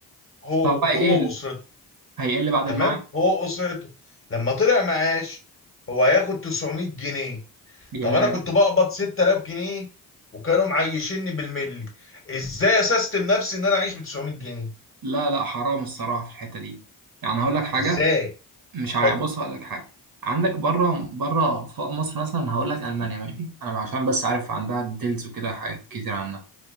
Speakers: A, on the left; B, on the right.
A: هو
B: طب بقى
A: هو
B: ايه ال-
A: وأسرته
B: هيقل بعد
A: تمام
B: الميعاد
A: هو وأسرته لما طلع معاش هو هياخد 900 جنيه
B: يا-
A: طب أنا كنت بقبض 6000 جنيه وكانوا معيشيني بالملي ازاي اسست نفسي ان انا اعيش ب 900 جنيه
B: لا لا حرام الصراحه في الحته دي يعني هقول لك حاجه
A: ازاي
B: مش
A: اتفضل
B: عا- بص هقول لك حاجه عندك بره بره ف- مصر مثلا هقول لك المانيا ماشي انا عشان بس عارف عندها ديلز وكده حاجات كتير عنها